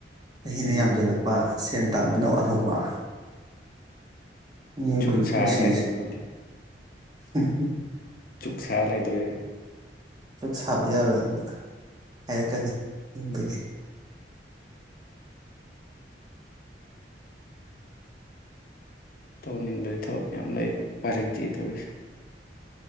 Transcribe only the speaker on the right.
ꯆꯍꯤꯅ
ꯌꯥꯝꯖꯜꯂꯛꯄ ꯁꯦꯟ ꯇꯥꯟꯕꯅ ꯋꯥꯠꯍꯧꯕ ꯃꯤꯑꯣꯏꯕꯩ
ꯄꯨꯟꯁꯤꯁꯦ
ꯎꯝ
ꯆꯨꯛ ꯁꯥꯕ ꯌꯥꯔꯣꯏꯅ ꯍꯥꯏꯔꯛꯀꯅꯤ ꯌꯨꯝꯗꯒꯤ